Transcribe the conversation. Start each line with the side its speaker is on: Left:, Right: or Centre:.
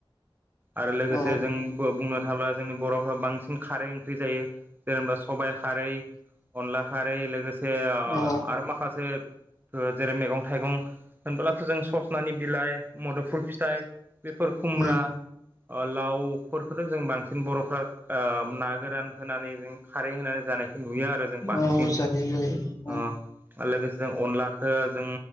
Right: आरो लोगोसे
Left: औ
Right: जों बुंनो थाब्ला जोंनि बर'फ्रा बांसिन खारै ओंख्रि जायो। जेनेबा सबाइ खारै, अनला खारै लोगोसे बे ओ
Left: औ
Right: आरो माखासे जेरै मैगं थाइगं होनबोब्लाथ' जों सजनानि बिलाइ मदुफुल फिथाइ बेफोर खुमब्रा,
Left: उम
Right: ओ लावफोरखौथ' जों बांसिन बर'फ्रा ओ ना गो रान होनानै जों खारै होनानै जानायखौ नुयो आरो जों बांसिन।
Left: औ जायो जायो
Right: अ। आरो लोगोसे अनलाखो जों